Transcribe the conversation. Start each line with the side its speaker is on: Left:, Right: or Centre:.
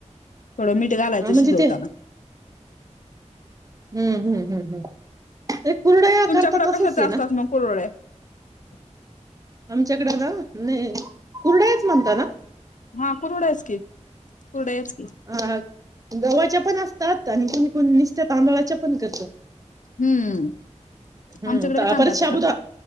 Left: थोडं मीठ ते घालायचं
Right: हा म्हणजे
Left: शिजवतांना.
Right: ते हम्म हम्म हम्म हम्म हे कुरडया
Left: तुमच्याकडे
Right: करतो तसंच
Left: कशाच्या
Right: आहे
Left: असतात
Right: ना?
Left: मग <inaudible>
Right: आमच्याकडे ना नाही कुरडयाच म्हणता ना?
Left: हा कुरवड्याच की कुरड्याच की
Right: हं हं जवळच्या पण अशा करतात कोणी कोणी नुसता तांदळाच्या पण करतात.
Left: हम्म
Right: हम्म
Left: आमच्याकडे
Right: तळा
Left: बी तांदळाच्या
Right: परत शाबूदा
Left: करतात